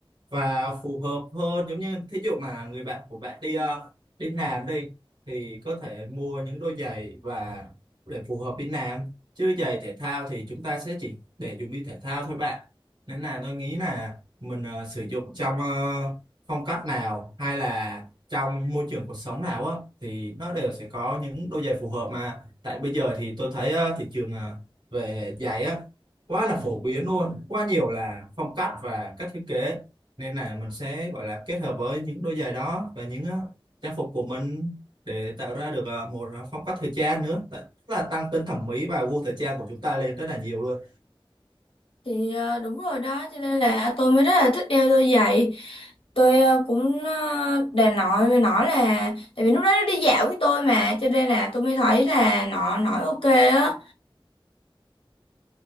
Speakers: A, on the right; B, on the left.
A: và phù hợp hơn giống như thí dụ mà người bạn của bạn đi ờ, đi làm đi thì có thể mua những đôi giày và để phù hợp đi làm chứ giày thể thao thì chúng ta sẽ chỉ để dùng đi thể thao thôi bạn nên là tôi nghĩ là mình ờ, sử dụng trong ờ, phong cách nào hay là trong môi trường cuộc sống nào á thì nó đều sẽ có những đôi giày phù hợp mà tại bây giờ thì tôi thấy ờ, thị trường ờ, về giày á quá là phổ biến luôn quá nhiều là phong cách và cách thiết kế nên là mình sẽ gọi là kết hợp với những đôi giày đó và những ờ, trang phục của mình để tạo ra được ờ, một ờ, phong cách thời trang nữa Tại- tức là tăng tính thẩm mỹ và gu thời trang của chúng ta lên rất là nhiều luôn
B: thì ờ, đúng rồi đó cho nên là tôi mới rất là thích đeo đôi giày tôi ờ, cũng ờ, đề nội với nó là tại vì lúc đó nó đi dạo với tôi mà cho nên là tôi mới thấy là nó nói ok á